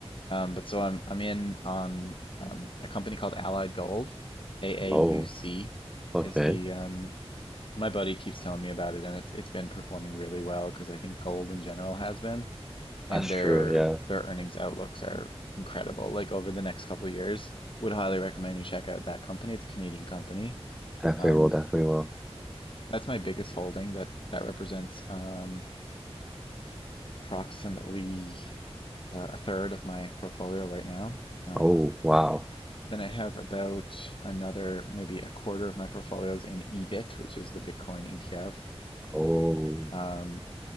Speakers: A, on the left; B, in the centre.
A: Um, but so I'm I'm in on um, a company called Allied Gold, AAUC
B: Oh, okay.
A: is the um, my buddy keeps telling me about it and it's it's been performing really well because I think gold in general has been and
B: That's true.
A: their
B: Yeah,
A: their earnings outlooks are incredible. Like over the next couple of years, would highly recommend you check out that company. It's a Canadian company.
B: definitely
A: Um,
B: will. Definitely will.
A: that's my biggest holding. That that represents um, approximately uh, a third of my portfolio right now. Um,
B: Oh wow.
A: then I have about another maybe a quarter of my portfolios in EBIT, which is the Bitcoin ETF.
B: Oh,
A: Um,